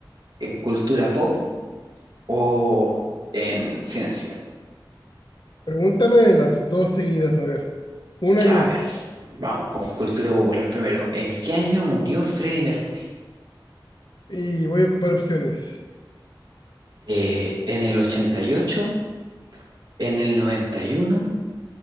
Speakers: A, on the right (about 55°); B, on the left (about 60°).
A: en cultura pop o en ciencia?
B: Pregúntame las dos seguidas, a ver, una y
A: A
B: una.
A: ver, vamos con cultura popular primero. ¿En qué año murió Freddie Mercury?
B: Y voy a ocupar opciones.
A: eh, en el 88, en el 91,